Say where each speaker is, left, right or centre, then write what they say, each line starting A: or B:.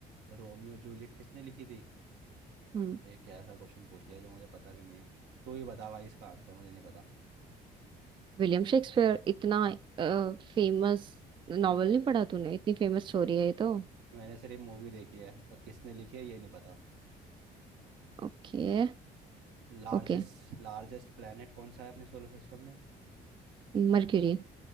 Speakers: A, on the right; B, on the right.
A: रोमियो जूलियट किसने लिखी थी
B: हम्म
A: ये कैसा क्वेश्चन पूछ लिया जो मुझे पता भी नहीं है तू ही बता भाई इसका आंसर मुझे नहीं पता
B: William Shakespeare इतना फेमस नॉवल नहीं पढ़ा तूने इतनी फेमस स्टोरी है ये तो
A: मैंने सिर्फ मूवी देखी है अ, किसने लिखी है ये नहीं पता
B: Okay
A: लार्जेस्ट
B: Okay
A: लार्जेस्ट प्लेनेट कौन सा है अपने सोलर सिस्टम में
B: Mercury